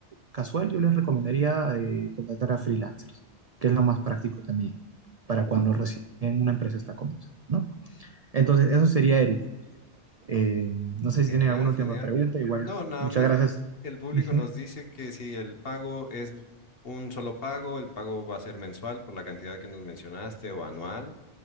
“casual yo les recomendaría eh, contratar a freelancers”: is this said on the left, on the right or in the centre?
Right